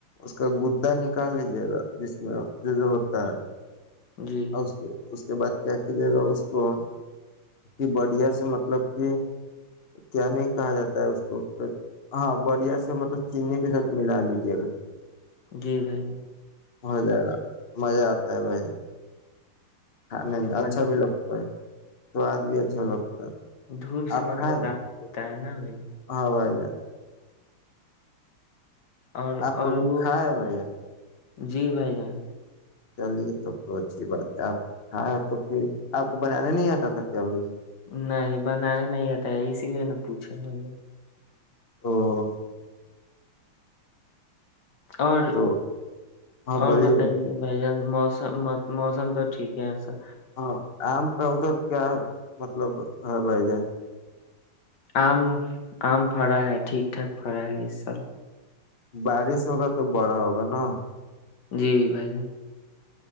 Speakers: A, on the left (about 40°); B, on the left (about 55°).
A: اس کا گدا نکال لیجیے گا جس میں جو جو ہوتا ہے
B: جی
A: اور اس کے بعد کیا کیجے گا اس کو کہ بڑھیا سے مطلب کہ کیا نہیں کہا جاتا ہے اس کو ہاں بڑھیا سے مطلب چینی کے ساتھ ملا لیجیے گا
B: جی بھائی
A: ہو جائے گا مزہ آتا ہے بھائی جان کھانے میں
B: بن
A: اچھا
B: جائے
A: بھی
B: گا
A: لگتا ہے سواد بھی اچھا
B: جی
A: لگتا ہے
B: دھوپ سے
A: آپ
B: مطلب
A: کھائے ہو؟
B: ر ت نا ہو
A: ہاں وائی جائے
B: اور
A: آپ کو
B: اور
A: بھی
B: وہ
A: کھا ہے بھائی
B: جی بھائی جان
A: چلیے تو تو اچھی بات ہے آپ ہاں تو پھر آپ کو بنانا نہیں آتا تھا کیا بھ
B: نہیں بنانے نہیں آتا ہے اسی لیے نہ پوچھے ب
A: <unintelligible>
B: اور
A: تو ہاں
B: اور
A: بولیے
B: بتائیےے بھائی جان مو م موسم تو ٹھیک ہےسر
A: ہاں آم کا ادھر کیا مطلب ہے بھائی جائے
B: آم آم پھڑا ہے ٹھیک ٹھاک پڑا ہے اس سال
A: بارش ہوگا تو بڑا ہوگا نا
B: جی بھائی صاح